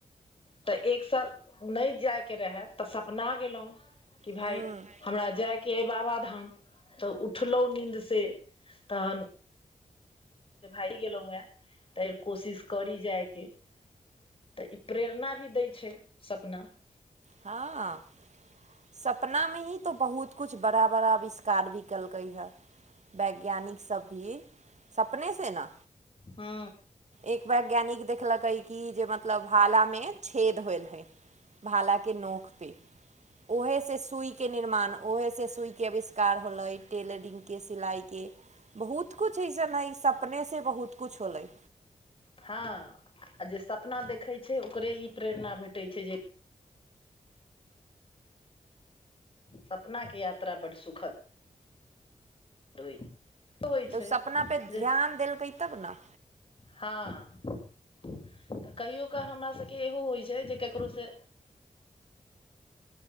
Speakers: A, on the left; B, on the right.
A: तऽ एक साल नहि जायके रहय तऽ सपना गेलहुँ कि भाय
B: हूँ
A: हमरा जायके अइ बाबाधाम तऽ उठलहुँ नीन्दसँ तान <unintelligible> भार गेलों हे तऽ कोशिश करी जाय तऽ ई प्रेरणा भी दै छै सपना मे
B: हँ सपनामे ही तऽ बहुत कुछ बड़ा बड़ा आविष्कार भी केलकै हेँ वैज्ञानिक सब भी सपने से ने
A: हु
B: एक वैज्ञानिक देखलेकै कि जे मतलब भालामे छेद होयल हय भालाके नोक पे ओहेसँ सुइके निर्माण उहेसँ सुइके अविष्कार होलै टेलरिंगके सिलाइके बहुत कुछ अइसन हाइ सपनेसँ बहुत कुछ होलै
A: हँ जे सपना देखै छै ओकरे ई प्रेरणा भेटैत छै जे सपना के यात्रा बड सुखद होइ
B: तऽ
A: छै
B: ओ सपना पे
A: जे
B: ध्यान देलकै तब न
A: हँ तऽ कहियो कऽ हमरा सभके इहो होइ छै जे ककरो से